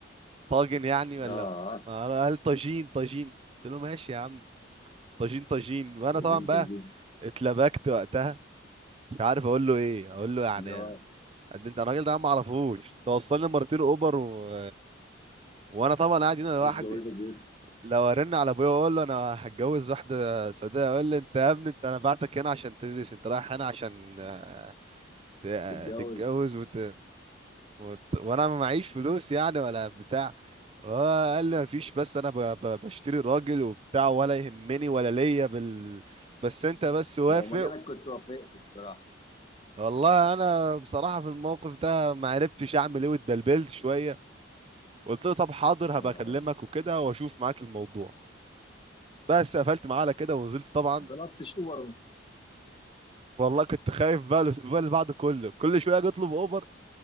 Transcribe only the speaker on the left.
اه
تجيب
تجيب
اه
عايز
جوازك بيه
تتجوز
لو ما جالك كنت وافقت الصراحة
اه
ما طلبتش اوبر من